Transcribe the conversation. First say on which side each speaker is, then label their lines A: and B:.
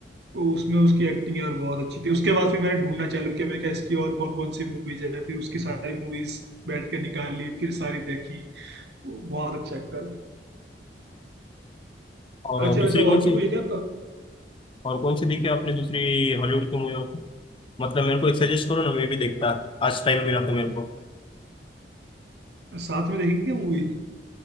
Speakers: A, on the right (about 70°); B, on the left (about 30°).
A: तो उसमें उसकी एक्टिंग यार बहुत अच्छी थी उसके बाद फिर मैंने ढूंढना चालू किया मैं क्या इसकी और कौन कौन सी मूवीज है फिर उसकी सारी मूवीज बैठ के निकाल ली फिर सारी देखी वो बहुत अच्छा एक्टर है
B: और
A: अच्छा
B: दूसरी
A: वैसे
B: कौन
A: और
B: सी
A: भी कोई है क्या आपका
B: और कौन सी देखी आपने दूसरी हॉलीवुड की मूवी मतलब मेरे को एक सजेस्ट करो ना मैं भी देखता आज टाइम मिला तो मेरे को
A: साथ में देखी क्या मूवी